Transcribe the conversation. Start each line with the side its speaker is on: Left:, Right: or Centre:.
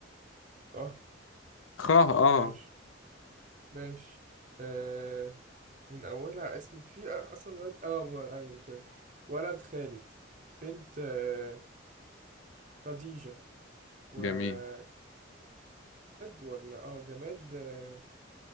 Right: اه
Left: خاء اه
Right: ماشي ماشي آه من اولها اسم في اصلا ولد اه م- ايوه تمام ولد خالد بنت آه خديجة وجماد
Left: جميل
Right: ولا اه جماد آه